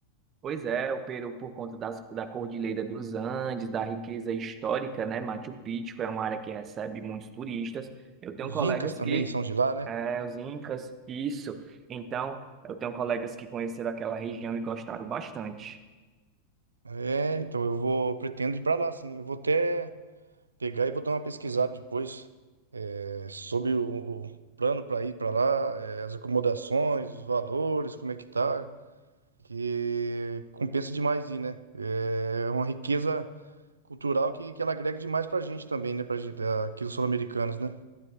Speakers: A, on the right (about 30°); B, on the right (about 75°).
A: Pois é, o Peru, por conta das, da Cordilheira dos Andes, da riqueza histórica, né? Machu Picchu é uma área que recebe muitos turistas. Eu tenho
B: Os
A: colegas
B: Incas também
A: que.
B: são de lá, né?
A: É, os Incas, isso. Então, eu tenho colegas que conheceram aquela região e gostaram bastante.
B: É, então eu vou pretendo ir para lá, sim. Eu vou até pegar e vou dar uma pesquisada depois é, sobre o, o plano para ir para lá, é, as acomodações, os valores, como é que tá, que compensa demais ir, né? É é uma riqueza cultural que, que ela agrega demais para a gente também, né? Para gente, aqui dos sul-americanos, né?